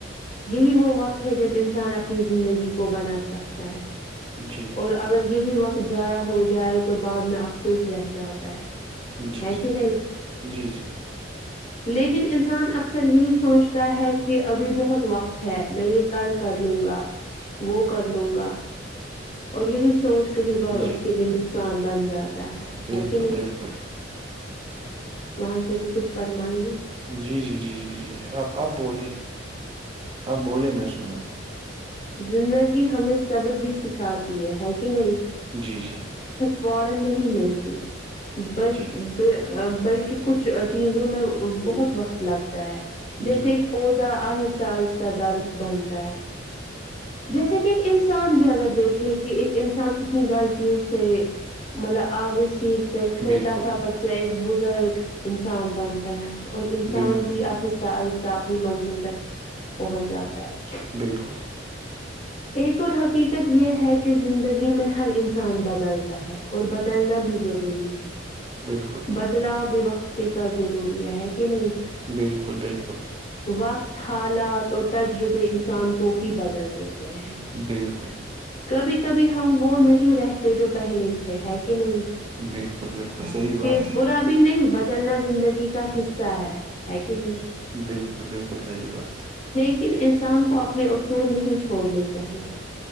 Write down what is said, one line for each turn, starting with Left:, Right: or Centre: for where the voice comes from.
Left: یہی وہ وقت ہے جب انسان اپنی زندگی کو بنا سکتا ہے
Right: جی
Left: اور اگر یہی وقت ضائع ہو جائے تو بعد میں افسوس رہ جاتا ہے
Right: جی
Left: ہے کہ نہیں
Right: جی جی
Left: لیکن انسان اکثر یہی سوچتا ہے کہ ابھی بہت وقت ہے میں یہ کل کر لوں گا وہ کر لوں گا اور یہی سوچ کئی بار اس
Right: جی
Left: کے لیے نقصان نصان بنجات ہے
Right: بالکل
Left: ہے کہ نہیں
Right: بالکل
Left: وہاں سے بھی کچھ فرمائیے
Right: جی جی جی جی جی جی آپ آپ بولیے ہاں بولیے میں سنا گا
Left: زندگی ہمیں صبر بھی سکھاتی ہے ہے کہ نہیں
Right: جی جی
Left: فورن نہیں ملتی بلکہ
Right: جی
Left: ب بلکہ کہ کچھ چیزوں میں بہت وقت لگتا ہے جیسے
Right: جی
Left: ایک پود آ آ درد بنتا ہے جیسے کہ ایک انسان بھی اگر دیکھے کہ ایک انسان کتنی غلطیوں سے مطلب آگے سیکھ ایک چھوٹا
Right: بالکل
Left: سا بچہ ایک بزرگ نسان بنتا ہے اور انسان
Right: بال
Left: بھی آہستہ آہستہ آ اپنی منزل ت پہنچ جاتا ہے
Right: بالکل
Left: ایک اور حقیقت یہ ہے کہ زندگی میں ہر انسان بدلتا ہے اور بدلنا بھی جو اسٹوری ہے
Right: بالکل
Left: <unintelligible> بدلاؤ ب وقت کے ساتھ ضروری ہے ہے کہ نہیں
Right: بالکل بالکل
Left: وقت حالات اور تجربے انسان کو ہی بدل دیتے ہیں
Right: بالکل
Left: کبھی کبھی ہم وہ نہیں رہتے جو پہلے تھے کہ نہیں
Right: بالکل بالکل صحیح بات
Left: یہ برا بھی نہیں بد بدلنا زندگی کا حصہ ہے ہے کہ نہیں
Right: بالکل بالکل صحی بات
Left: لیکن انسان کو اپنے اصول نہیں چھوڑنے چاہیے